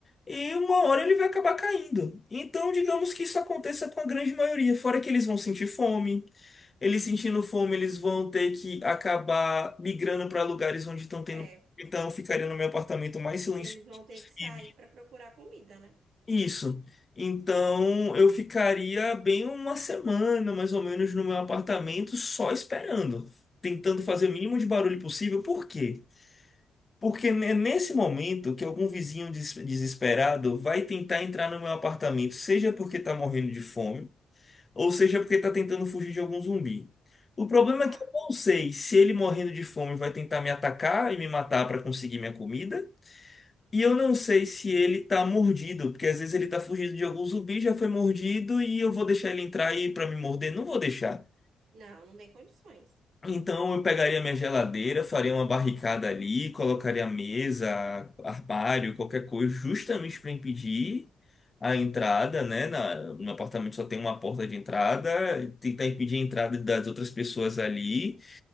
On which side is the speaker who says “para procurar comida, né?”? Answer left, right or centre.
Right